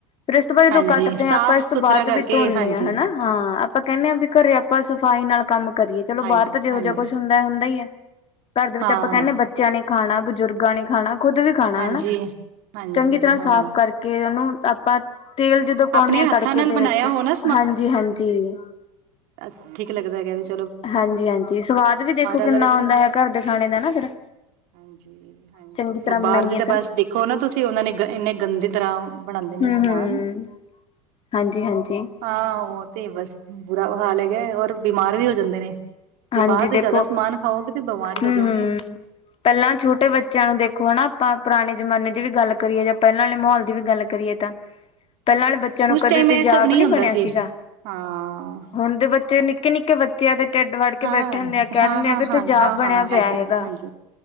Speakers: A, on the left; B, on the right.
A: ਫਿਰ ਇਸ ਤੋਂ ਬਾਅਦ, ਜਦੋਂ
B: ਹਾਂਜੀ
A: ਕੱਟਦੇ
B: ਸਾਫ
A: ਹਾਂ ਆਪਾਂ ਇਸ
B: ਸੁਥਰਾ
A: ਤੋਂ ਬਾਅਦ
B: ਕਰਕੇ
A: ਵੀ ਧੋਣੇ
B: ਹਾਂਜੀ
A: ਆ ਹਨਾ ਹਾਂ, ਆਪਾਂ ਕਹਿੰਦੇ ਹਾਂ ਵੀ ਘਰੇ ਆਪਾਂ, ਸਫ਼ਾਈ ਨਾਲ ਕੰਮ ਕਰੀਏ ਚਲੋ
B: ਹਾਂ
A: ਬਾਹਰ ਤਾਂ, ਜਿਹੋ
B: ਹਾਂਜੀ
A: -ਜਿਹਾ ਕੁਛ ਹੁੰਦਾ- ਹੁੰਦਾ ਹੀ ਹੈ ਘਰ ਦੇ ਵਿੱਚ
B: ਹਾਂ
A: ਆਪਾਂ ਕਹਿਣੇ ਬੱਚ ਬੱਚਿਆਂ ਨੇ ਖਾਣਾ, ਬਜ਼ੁਰਗਾਂ ਨੇ ਖਾਣਾ, ਖੁੱਦ ਵੀ ਖਾਣਾ,
B: ਹਾਂਜੀ
A: ਹਨਾ
B: ਹਾਂਜੀ
A: ਚੰਗੀ ਤਰ੍ਹਾਂ
B: ਹਾਂ
A: ਸਾਫ਼ ਕਰਕੇ ਕੇ ਉਹਨੂੰ, ਆਪਾਂ ਤੇਲ ਜਦੋਂ ਪਾਉਨੇ
B: ਆਪਣੇ
A: ਆ
B: ਹੱਥਾਂ
A: ਤੜਕੇ
B: ਨਾਲ ਬਣਾਇਆ
A: ਦੇ ਵਿੱਚ
B: ਹੋ ਨਾ
A: ਹਾਂਜੀ--ਹਾਂਜੀ
B: ਅੱਜ ਠੀਕ, ਲੱਗਦਾ ਹੈਗਾ ਏਦੇ ਵਿੱਚ
A: ਹਾਂਜੀ -ਹਾਂਜੀ ਸਵਾਦ ਵੀ ਦੇਖੋ,
B: ਅਗਰ
A: ਕਿੰਨਾ
B: ਅਸੀਂ
A: ਆਉਂਦਾ ਹੈ ਘਰ ਦੇ ਖਾਣੇ ਦਾ ਨਾ ਫਿਰ
B: ਹਾਂਜੀ -ਹਾਂਜੀ
A: ਚੰਗੀ ਤਰ੍ਹਾਂ ਬਣਾਈਏ
B: ਬਾਹਰ ਦੀ ਤਾਂ ਬਸ ਦੇਖੋ ਨਾ, ਤੁਸੀਂ ਉਹਨਾ ਨੇ ਇੰਨੇ ਗੰਦੀ ਤਰ੍ਹਾਂ ਬਣਾਉਂਦੇ ਨੇ
A: ਹਮ
B: ਸਮਾਨ
A: -ਹਮ ਹਾਂਜੀ -ਹਾਂਜੀ
B: ਹਾਂ ਉਹ ਤੇ, ਬਸ ਬੁਰਾ ਹਾਲ ਹੈਗਾ, ਔਰ ਬਿਮਾਰ ਵੀ ਹੋ ਜਾਂਦੇ ਨੇ
A: ਹਾਂਜੀ
B: ਜੇ ਬਾਹਰ ਦੇ,
A: ਦੇਖੋ
B: ਜ਼ਿਆਦਾ ਸਮਾਨ ਖਾਓਗੇ ਤੇ, ਬਿਮਾਰ ਹੀ
A: ਹੂੰ
B: ਹੋ ਜਾਓਗੇ
A: ਹੂੰ ਪਹਿਲਾਂ ਛੋਟੇ ਬੱਚਿਆਂ ਨੂੰ ਦੇਖੋ ਹਨਾ, ਆਪਾਂ ਪੁਰਾਣੇ ਜਮਾਨੇ ਦੀ ਵੀ ਗੱਲ ਕਰੀਏ ਜਾਂ, ਪਹਿਲਾਂ ਵਾਲੇ ਮਾਹੌਲ ਦੀ, ਵੀ ਗੱਲ ਕਰੀਏ ਤਾਂ ਪਹਿਲੇ ਵਾਲੇ ਬੱਚਿਆਂ ਨੂੰ,
B: ਉਸ
A: ਕਦੇ
B: ਟਾਈਮ
A: ਤੇ
B: ਇਹ
A: ਤੇਜ਼ਾਬ
B: ਸਭ ਨਹੀਂ
A: ਨਈ
B: ਹੁੰਦਾ
A: ਬਣਿਆ
B: ਸੀ
A: ਸੀਗਾ
B: ਹਾਂ
A: ਹੁਣ ਦੇ ਬੱਚੇ, ਨਿੱਕੇ- ਨਿੱਕੇ ਬੱਚੇ ਆ ਤੇ ਟਿੱਡ ਵ ਕੇ
B: ਹਾਂ,
A: ਬੈਠਣ ਦੇ ਆ ਕਹਿ
B: ਹਾਂ,
A: ਦਿੰਦੇ,
B: ਹਾਂ,
A: ਆ ਕਿ
B: ਹਾਂ,
A: ਤੇਜਾਬ
B: ਹਾਂ,
A: ਬਣਿਆ
B: ਹਾਂ
A: ਪਿਆ
B: ਐਸਿਡ
A: ਹੈਗਾ
B: ਹਾਂਜੀ।